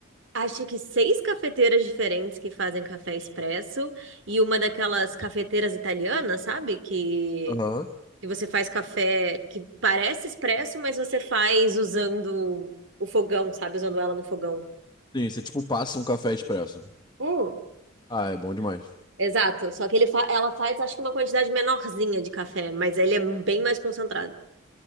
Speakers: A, on the right; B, on the left.
A: acho que seis cafeteiras diferentes que fazem café expresso e uma daquelas cafeteiras italianas, sabe? Que
B: Aham.
A: que você faz café que parece expresso, mas você faz usando o fogão, sabe? Usando ela no fogão.
B: Sim, você tipo passa um café expresso.
A: Hum,
B: Ah, é bom demais.
A: Exato. Só que ele fa- ela faz, acho que uma quantidade menorzinha de café, mas ele é bem mais concentrado.